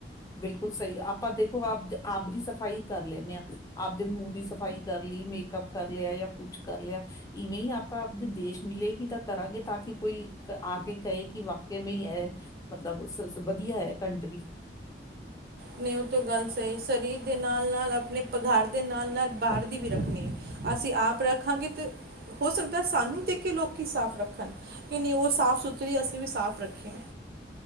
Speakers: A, on the left (about 20°); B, on the right (about 55°).
A: ਬਿਲਕੁਲ ਸਹੀ ਆਪਾਂ ਦੇਖੋ ਆਪ ਆਪ ਦੀ ਸਫ਼ਾਈ ਕਰ ਲੈਂਦੇ ਹਾਂ ਆਪਦੇ ਮੂੰਹ ਦੀ ਸਫ਼ਾਈ ਕਰ ਲਈ ਮੇਕਅਪ ਕਰ ਲਿਆ ਜਾਂ ਕੁਛ ਕਰ ਲਿਆ ਇਵੇਂ ਹੀ ਆਪਾਂ ਆਪਦੇ ਦੇਸ਼ ਦੇ ਲੀਏ ਵੀ ਤਾਂ ਕਰਾਂਗੇ ਤਾਂ ਕਿ ਕੋਈ ਆ ਕੇ ਕਹੇ ਕਿ ਵਾਕ ਹੀ ਹੈ ਮਤਲਬ ਵਧੀਆ ਹੈ ਕੰਟਰੀ।
B: ਨਹੀਂ ਉਹ ਤੋਂ ਗੱਲ ਸਹੀ ਸਰੀਰ ਦੇ ਨਾਲ ਨਾਲ ਆਪਣੇ ਘਰ ਦੇ ਨਾਲ ਨਾਲ ਬਾਹਰ ਦੀ ਵੀ ਰੱਖਣੀ ਅਸੀਂ ਆਪ ਰੱਖਾਂਗੇ ਤੇ। ਹੋ ਸਕਦਾ ਸਾਨੂੰ ਦੇਖ ਕੇ ਲੋਕ ਸਾਫ਼ ਰੱਖਣ, ਕਿ ਨਹੀਂ ਉਹ ਸਾਫ਼ ਸੁਥਰੀ ਅਸੀਂ ਵੀ ਸਾਫ਼ ਰੱਖੀਏ।